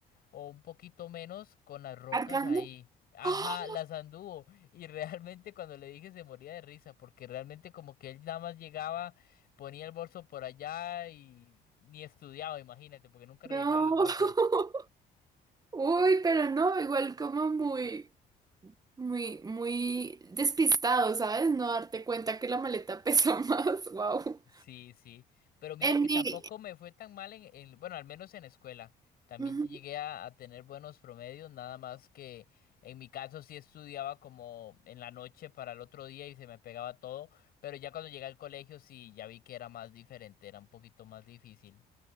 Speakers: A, on the left; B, on the right.
A: o un poquito menos con las rocas
B: ¿Cargando?
A: ahí. Ajá,
B: ¡Ah!
A: las anduvo y realmente cuando le dije se moría de risa porque realmente como que él nada más llegaba, ponía el bolso por allá y ni estudiaba, imagínate, porque nunca
B: No.
A: revisaba las bolsas.
B: <laughs> Uy, pero no, igual como muy Muy, muy despistado, ¿sabes? No darte cuenta que la maleta pesa <laughs> más. Wow.
A: Sí, sí, pero mira
B: En
A: que
B: mi.
A: tampoco me fue tan mal en, en- bueno, al menos en escuela. También
B: Ujú.
A: llegué a, a tener buenos promedios, nada más que en mi caso sí estudiaba como en la noche para el otro día y se me pegaba todo, pero ya cuando llegué al colegio sí ya vi que era más diferente, era un poquito más difícil.